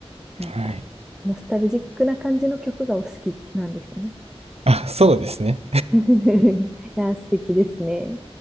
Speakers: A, in the centre; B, on the right.
A: なんか、
B: はい
A: ノスタルジックな感じの曲がお好きなんですね。
B: あそうですね
A: <laughs> いや素敵ですね。